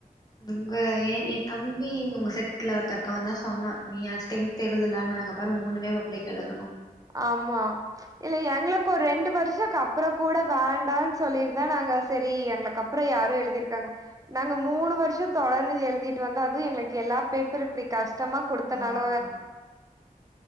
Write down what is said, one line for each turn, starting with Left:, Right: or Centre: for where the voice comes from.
Left: உங்க ஏ ஏ தம்பி உங்க செட்ல ஒருத்த இருக்கா வந்தா சொன்னா நீயாச்சி டென்த் எழுதல நாங்க பாரு மூணுமே பப்ளிக் எழு
Right: ஆமா இல்ல எங்ளுக்கு ரெண்டு வருஷ் ச அப்ற கூட வேண்டான் சொல்லிரு தா நாங்க செரி எங்ளுக்கு அப்ற யாரோ எழுதிருக்காங்க நாங்க மூணு வருஷ தொடர்ந்து எழுதிட்டு வந்தா அதுவு எங்ளுக்கு எல்லா பேப்பரு இப்டி கஷ்ட் டமா குடுத்தனால
Left: ஆமா